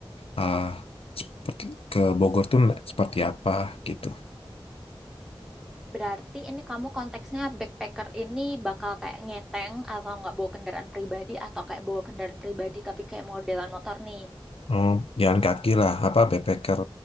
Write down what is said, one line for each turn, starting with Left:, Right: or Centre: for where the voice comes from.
Left: eh, seperti ke Bogor tuh na- seperti apa gitu.
Centre: Berarti ini kamu konteksnya backpacker ini bakal kayak ngeteng atau nggak bawa kendaraan pribadi atau kayak bawa kendaraan pribadi tapi kayak modelan motor nih.
Left: Oh, jalan kaki lah, apa backpacker